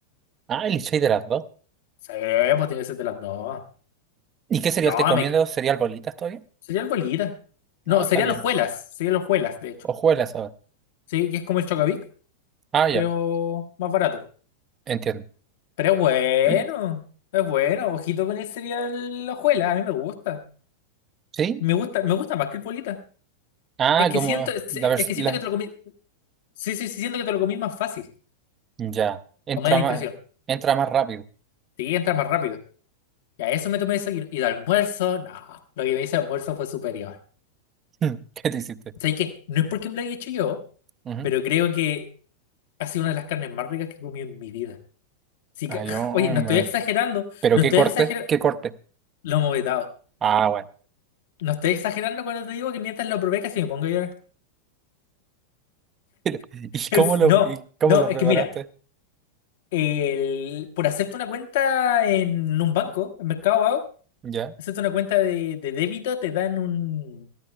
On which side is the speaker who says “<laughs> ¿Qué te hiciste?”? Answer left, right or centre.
Right